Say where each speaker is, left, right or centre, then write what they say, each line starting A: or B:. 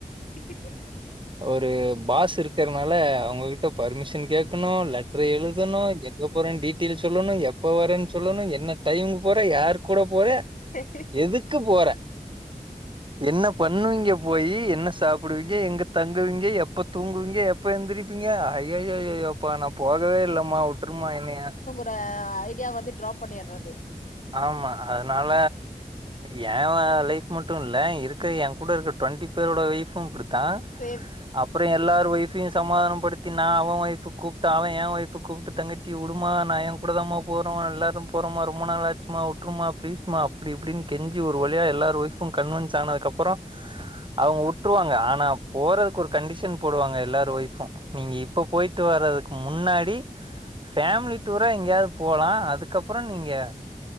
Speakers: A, on the left; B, on the right.
A: ஹிஹி
B: ஒரு பாஸ் இருக்கறனால அவங்ககிட்ட பர்மிஷன் கேக்கணு லெட்ரு எழுதணு எங்க போற டீட்டெயில்ஸ் சொல்லணு எப்ப வரன் சொல்லணு என்ன டைமுக்கு போற யாரு கூட போற
A: க்ஹ் க்ஹ்
B: எதுக்கு போற என்ன பண்ணுவீங்க போயி என்ன சாப்புடுவீங்க எங்க தங்குவீங்க எப்ப தூங்குவீங்க எப்ப எந்திரிப்பீங்க ஐயய்யய்யோ ப்பா நா போகவே இல்லமா உட்ருமா என்னையா
A: ட ஐடியா வந்து டிராப் பண்ணிறது
B: ஆமா அதனால ஏ லைஃப் மட்டு இல்ல இருக்கிற எ கூட இருக்க ட்வெண்ட்டி பேரோட வைஃபு இப்டித்தா
A: சேம்
B: அப்புற எல்லாரு ஒய்ஃப்பையு சமாதான படுத்தி நா அவ ஒய்ஃபுக் கூப்ட்டு அவ என் ஒய்ஃபுக் கூப்ட்டு தங்கச்சி உடுமா நா எ கூடதமா போறோ எல்லாரு போறோமா ரொம்ப நாளாச்சு அம்மா ப்லீஸ்மா அப்டிஇப்டின் கெஞ்சி ஒரு வழியா எல்லாரு ஒய்ஃபு கன்வன்ஸ் ஆனதுக்கு அப்ற அவங்க உட்ருவாங்க ஆனா போறதுக்கு ஒரு கண்டிஷன் போடுவாங்க எல்லாரு ஒய்ஃபு நீங்க இப்ப போயிட்டு வரதுக்கு முன்னாடி ஃபேமிலி டூரா எங்கேயாவது போலா அதுக்கப்புற நீங்க